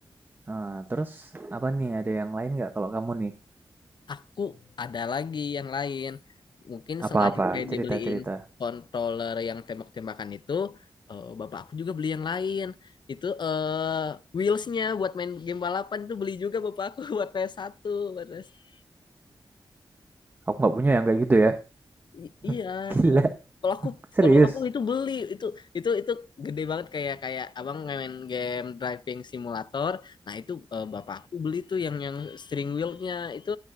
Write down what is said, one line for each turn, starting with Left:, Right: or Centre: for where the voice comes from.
Right: Ah, terus apa nih ada yang lain nggak kalau kamu nih
Left: aku ada lagi yang lain. Mungkin
Right: apa-apa
Left: selain kayak
Right: cerita-cerita
Left: dibeliin controller yang tembak-tembakan itu, eh, bapak aku juga beli yang lain. Itu eh wheelsnya buat main game balapan itu beli juga bapak aku <laughs> buat PS1, buat PS1.
Right: Aku nggak punya yang kayak gitu ya.
Left: I- iya
Right: <laughs> Gila,
Left: kalau aku
Right: serius.
Left: kalau aku itu beli itu itu itu gede banget kayak kayak abang main game driving simulator nah itu eh, bapak aku beli tuh yang yang steering wheelnya itu